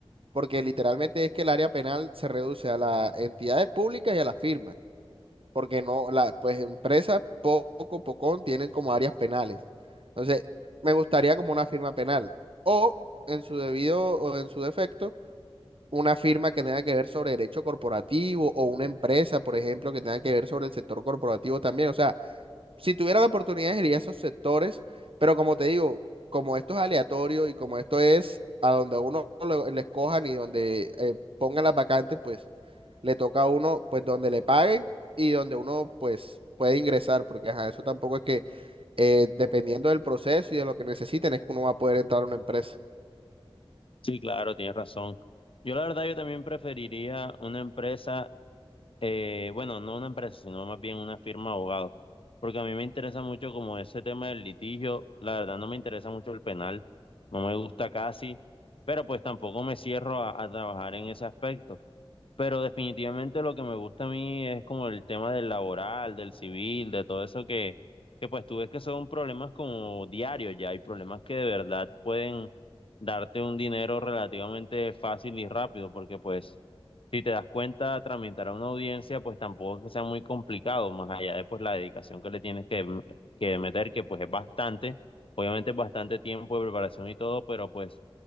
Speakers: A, on the right; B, on the left.
A: porque literalmente es que el área penal se reduce a las entidades públicas y a las firmas, porque no, la, pues empresas poco, pocón tienen como áreas penales. Entonces, me gustaría como una firma penal. O en su debido, o en su defecto una firma que tenga que ver sobre derecho corporativo o una empresa, por ejemplo, que tenga que ver sobre el sector corporativo también. O sea, si tuviera la oportunidad, iría a esos sectores, pero como te digo, como esto es aleatorio y como esto es a donde a uno lo- le escojan y donde eh, pongan las vacantes, pues le toca a uno, pues donde le paguen y donde uno, pues, puede ingresar, porque ajá, eso tampoco es que eh, dependiendo del proceso y de lo que necesiten, es que uno va a poder entrar a una empresa.
B: Sí, claro, tienes razón. Yo la verdad, yo también preferiría una empresa Eh, bueno, no una empresa, sino más bien una firma de abogados, porque a mí me interesa mucho como ese tema del litigio, la verdad no me interesa mucho el penal, no me gusta casi, pero pues tampoco me cierro a, a trabajar en ese aspecto. Pero definitivamente lo que me gusta a mí es como el tema del laboral, del civil, de todo eso que, que pues tú ves que son problemas como diarios ya, hay problemas que de verdad pueden darte un dinero relativamente fácil y rápido, porque pues si te das cuenta, tramitar a una audiencia, pues tampoco es que sea muy complicado, más allá de pues la dedicación que le tienes que, que meter, que pues es bastante, obviamente es bastante tiempo de preparación y todo, pero pues